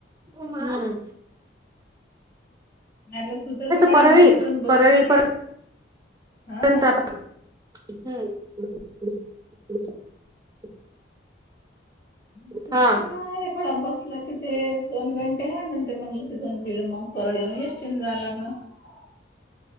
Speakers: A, on the right; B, on the left.
A: हो
B: नाहीलं सुधायचं काय
A: परळीत
B: आ मला तिथून बसून
A: परळी
B: दे
A: <unintelligible>
B: हा ब
A: हा
B: तरच काय एकोडा बस कि ते दोन घंटे ह म्हण ते म्हणलं तिथून भीड मग परड येऊन येष्टीन जाला लागण ह्